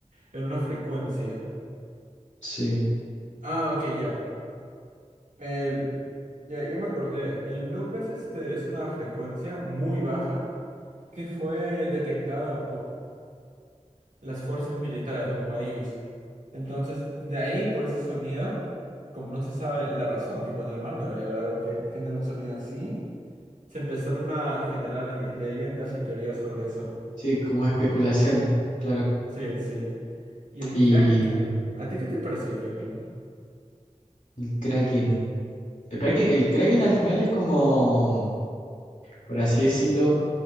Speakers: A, on the right; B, on the left.
A: en una frecuencia.
B: sí,
A: Ah, ok, ya. El, ya, ya me acordé. El bloop es, este, es una frecuencia muy baja que fue detectada las fuerzas militares de un país. Entonces, de ahí, por ese sonido, como no se sabe la razón, tipo en el mar no debería haber algo que genere un sonido en sí, se empezaron a generar y- leyendas y teorías sobre eso.
B: sí, como especulaciones, claro.
A: Sí, sí. Y el
B: Y
A: Kraken. ¿A ti qué te parece el Kraken?
B: el Kraken. El Kraken, el Kraken al final es como, por así decirlo,